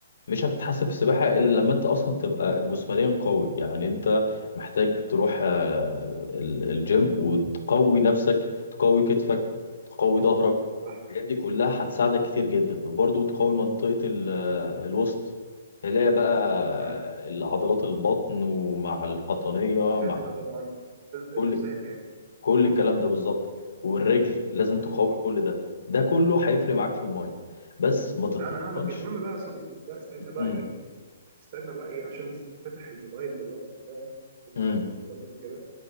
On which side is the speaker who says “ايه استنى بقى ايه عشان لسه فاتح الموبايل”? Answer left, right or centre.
Right